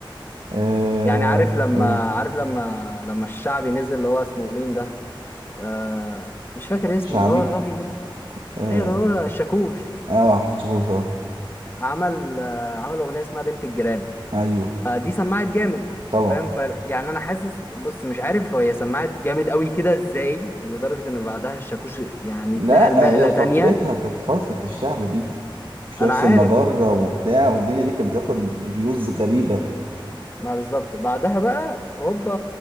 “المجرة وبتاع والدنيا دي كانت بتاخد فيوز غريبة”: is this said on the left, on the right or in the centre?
Right